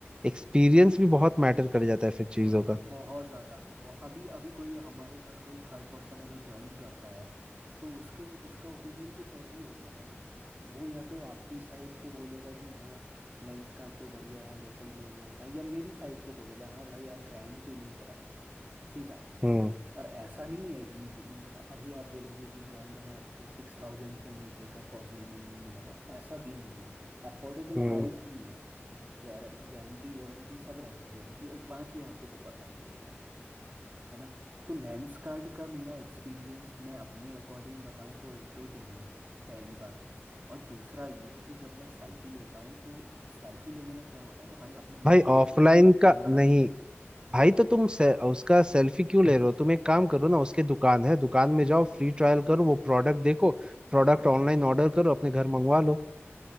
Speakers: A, on the right; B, on the right.
A: एक्सपीरियंस भी बहुत मैटर कर जाता है फिर चीजों का
B: बहुत ज़्यादा बहु- अभी अभी कोई हमारे साथ कोई थर्ड पर्सन अगर ज्वाइन करता है तो उसके उसका ओपिनियन कुछ और ही होगा भाई वो या तो आपकी साइड को बोलेगा कि हाँ लेंस कार्ट पे बढ़िया है लोकल में ये होता है या मेरी साइड को बोलेगा हाँ भाई आप ब्रांड क्यों नहीं जाते हो सीधा
A: हम्म
B: और ऐसा नहीं है कि ब- अभी आप बोलोगे कि ब्रांड में आपको सिक्स थाउजेंड से नीचे का फॉजल में नहीं मिलेगा ऐसा भी नहीं है अफोर्डेबल
A: हम्म
B: प्राइस भी है गारंटी वारंटी सब रहती है उनकी अब बाकी आपको तो पता ही है यार है ना तो लेंस कार्ट का मेरा एक्सपीरियंस मैं अपने अकॉर्डिंग बताऊं तो एक तो डील है पहली बात और दूसरा ये कि जब मैं सेल्फी लेता हूँ तो सेल्फी लेने में क्या होता है ना भाई आपने नोटिस
A: भाई ऑफलाइन
B: किया आपके
A: का
B: कैमरा
A: नहीं
B: में
A: भाई तो तुम से, उसका सेल्फी क्यों ले रहे हो तुम एक काम करो ना उसके दुकान है दुकान में जाओ फ्री ट्रायल करो वो प्रोडक्ट देखो प्रोडक्ट ऑनलाइन ऑर्डर करो अपने घर मंगवा लो